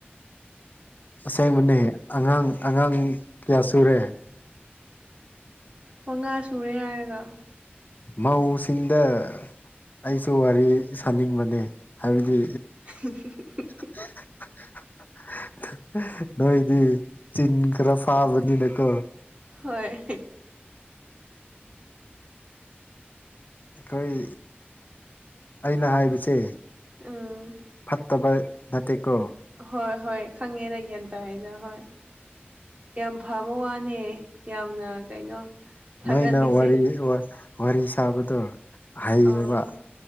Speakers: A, on the left; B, on the right.
A: ꯑꯁꯦꯡꯕꯅꯦ ꯑꯉꯥꯡ ꯑꯉꯥꯡ ꯀꯌꯥ ꯁꯨꯔꯦ
B: ꯃꯉꯥ ꯁꯨꯔꯦ ꯍꯥꯏꯔꯒ
A: ꯃꯧꯁꯤꯡꯗ ꯑꯩꯁꯨ ꯋꯥꯔꯤ ꯁꯥꯅꯤꯡꯕꯅꯦ ꯍꯥꯏꯕꯗꯤ
B: <unintelligible>
A: <unintelligible> ꯅꯣꯏꯗꯤ ꯆꯤꯟ ꯈꯔ ꯐꯥꯕꯅꯤꯅꯀꯣ
B: ꯍꯣꯏ
A: ꯑꯩꯈꯣꯏ ꯑꯩꯅ ꯍꯥꯏꯕꯁꯦ
B: ꯎꯝ
A: ꯐꯠꯇꯕ ꯅꯠꯇꯦ ꯀꯣ
B: ꯍꯣꯏ ꯍꯣꯏ ꯈꯪꯉꯦ ꯅꯪ ꯒꯤꯌꯥꯟ ꯇꯥꯏꯅ ꯍꯣꯏ ꯌꯥꯝ ꯐꯕ ꯋꯥꯅꯦ ꯌꯥꯝꯅ ꯀꯩꯅꯣ ꯊꯥꯒꯠꯂꯤꯁꯦ
A: ꯅꯣꯏꯅ ꯋꯔꯤ ꯋꯥꯔꯤ ꯁꯥꯕꯗꯣ ꯍꯩꯌꯦꯕ
B: ꯑꯣ